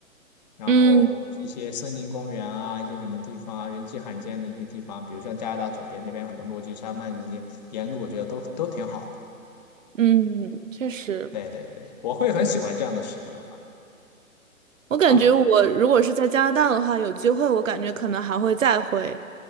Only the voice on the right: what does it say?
嗯
嗯，确实。
我感觉我如果是在加拿大的话，
有机会我感觉可能还会再回